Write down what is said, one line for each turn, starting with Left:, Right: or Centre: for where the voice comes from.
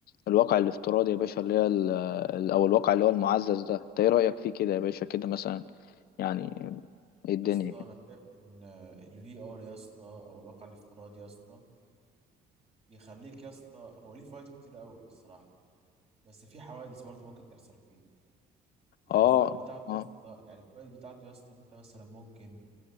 Left: الواقع الافتراضي يا باشا اللي هي ال- ال- او الواقع اللي هو المعزز ده انت ايه رأيك فيه كده يا باشا كده مثلا يعني ايه الدنيا
Right: يا اسطى
Left: كده
Right: انا شايف ان الفي ار يا اسطى او الواقع الافتراضي يا اسطى بيخليك يا اسطى هو ليه فوائد كتير قوي الصراحه بس في حوادث برضه ممكن تحصل فيه يعني
Left: اه
Right: الفوائد بتاعته
Left: اه
Right: يا اسطى يعني الفوائد بتاعته يا اسطى ان انت مثلا ممكن